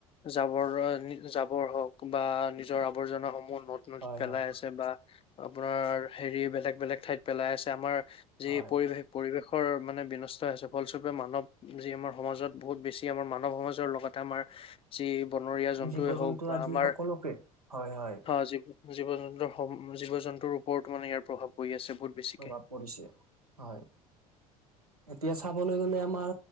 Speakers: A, on the left (about 30°); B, on the right (about 85°).
A: জাবৰ জাবৰ হওক বা নিজৰ আৱৰ্জনা সমূ হ নদ-নদীত
B: হয়,
A: পেলাই
B: হয়,
A: আছে, বা আপোনাৰ হেৰি বেলেগ বেলেগ ঠাইত পেলাই আছে, আমাৰ যি
B: হয়।
A: পৰিৱেশ পৰিৱেশ ৰ মানে বিনষ্ট আছে ফলস্বৰূপে মানৱ যি আমাৰ সমাজত বহুত বেছি আমাৰ মানৱ সমাজৰ লগতে আমাৰ যি বনৰীয়া জন্তুৱে
B: জীৱ
A: হওক
B: জন্তু
A: বা
B: আদি
A: আমাৰ
B: সকলোকে হয় হয়
A: জীৱ জীৱ-জন্তুৰ জীৱ-জন্তুৰ ওপৰত মানে ইয়াৰ প্ৰভাৱ পৰি আছে। বহুত বেছিকে
B: প্ৰভাৱ পৰিছে হয়, এতিয়া চাবলৈ গলে আমাৰ